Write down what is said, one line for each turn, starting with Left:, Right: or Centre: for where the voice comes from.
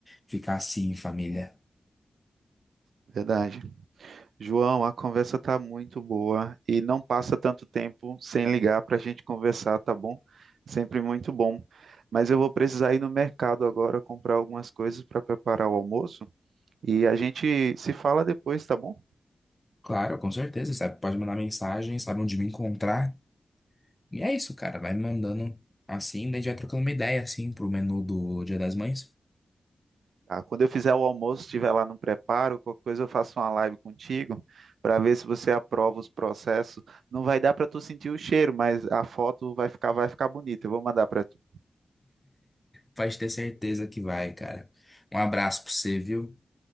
Left: ficar assim em família.
Right: Verdade. João, a conversa tá muito boa e não passa tanto tempo sem ligar para a gente conversar, tá bom? Sempre muito bom. Mas eu vou precisar ir no mercado agora comprar algumas coisas para preparar o almoço e a gente se fala depois, tá bom?
Left: Claro, com certeza, sabe? Pode mandar mensagem, sabe onde me encontrar. E é isso, cara, vai me mandando assim, daí a gente vai trocando uma ideia assim pro menu do Dia das Mães.
Right: Tá, quando eu fizer o almoço, estiver lá no preparo, qualquer coisa eu faço uma live contigo para ver se você aprova os processos. Não vai dar para tu sentir o cheiro, mas a foto vai ficar, vai ficar bonita. Eu vou mandar para tu.
Left: Pode ter certeza que vai, cara. Um abraço pra você, viu?